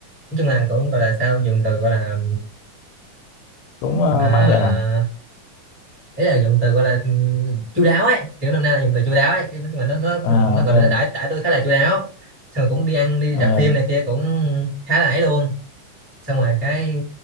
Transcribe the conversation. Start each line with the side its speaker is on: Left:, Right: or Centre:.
Centre: nói chung là cũng gọi là sao dùng từ gọi là
Left: cũng ờ,
Centre: à,
Left: mãn nguyện à?
Centre: ý là dùng từ gọi là ừ, chu đáo ấy kiểu năm nay là dùng từ chu đáo ấy Cái nói chung là nó nó
Left: À
Centre: nó
Left: ok,
Centre: gọi là nó đãi đãi tôi khá là chu đáo xong rồi cũng đi ăn đi
Left: Ờ,
Centre: rạp phim này kia cũng khá là ấy luôn xong rồi cái